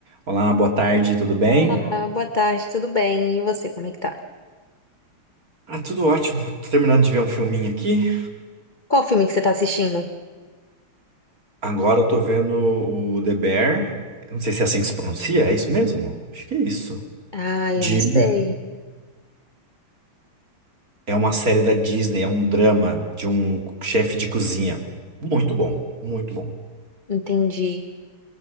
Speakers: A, on the right (about 40°); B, on the left (about 30°).
A: Olá, boa tarde, tudo bem?
B: Olá, boa tarde, tudo bem? E você, como é que tá?
A: Ah, tudo ótimo. Tô terminando de ver um filminho aqui.
B: Qual filme que você tá assistindo?
A: Agora eu tô vendo o The Bear. Eu não sei se é assim que se pronuncia, é isso mesmo? Acho que é isso.
B: Ah, eu
A: De...
B: não sei.
A: É uma série da Disney, é um drama de um chefe de cozinha. Muito bom, muito bom.
B: Entendi.